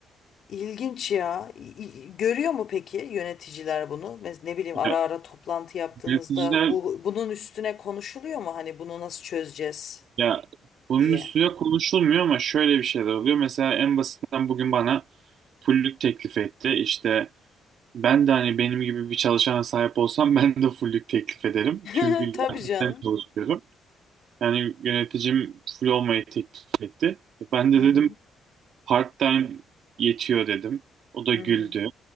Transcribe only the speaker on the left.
ilginç ya. İ- i- Görüyor mu peki yöneticiler bunu? Mes ne bileyim ara
ara toplantı yaptığınızda
bu bunun üstüne konuşuluyor mu? Hani bunu nasıl çözeceğiz
diye.
<laughs>
Tabii canım.
Hı
hı.
Hı
hı.